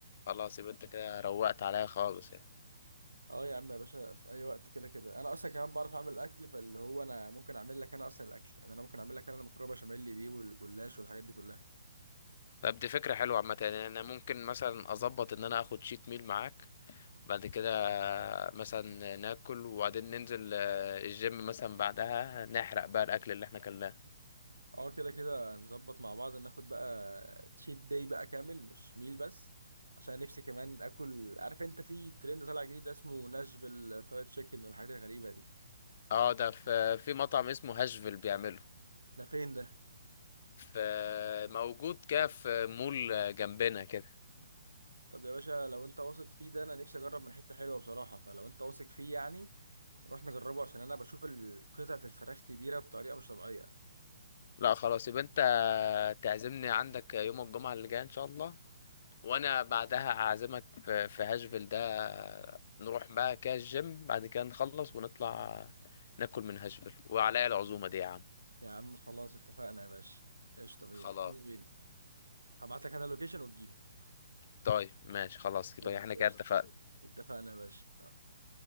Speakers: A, on the left; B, on the right.
A: خلاص يبقى انت كده روقت عليا خالص يعني
B: اه يا عم يا باشا في اي وقت كده كده انا اصلا كمان بعرف اعمل الاكل فاللي هو انا ممكن اعمل لك انا اصلا الاكل يعني انا ممكن اعمل لك انا المكرونه بشاميل دي والجلاش والحاجات دي كلها
A: طب دي فكرة حلوة عامة يعني انا ممكن مثلا اظبط ان انا اخد شيت ميل معاك بعد كده مثلا ناكل وبعدين ننزل آه، الجيم مثلا بعدها نحرق بقى الاكل اللي احنا كلناه
B: اه كده كده نظبط مع بعض ناخد بقى تشيت داي بقى كامل مش ميل بس عشان نفسي كمان اكل عارف انت في ترند طالع جديد اسمه ناشفيل فرايد تشيكن والحاجات الغريبه دي
A: اه ده في في مطعم اسمه هاشفيل بيعمله
B: ده فين ده
A: في موجود كده في مول جنبنا كده
B: طب يا باشا لو انت واثق فيه ده انا نفسي اجرب من حتة حلوة بصراحة فلو انت واثق فيه يعني نروح نجربه عشان انا بشوف ال- قطعة الفراخ كبيرة بطريقة مش طبيعية
A: لا خلاص يبقى انت تعزمني عندك يوم الجمعة اللي جاية ان شاء الله وانا بعدها اعزمك في في هاشفيل ده نروح بقى كده الجيم بعد كده نخلص ونطلع ناكل من هاشفيل وعليا العزومة دي يا عم
B: يا عم خلاص اتفقنا يا باشا قشطة بينا
A: خلاص
B: بينا بينا. هبعت لك انا اللوكيشن وتجيلي
A: طيب ماشي خلاص كده
B: خلاص
A: احنا كده
B: قشطة
A: اتفقنا
B: اتفقنا يا باشا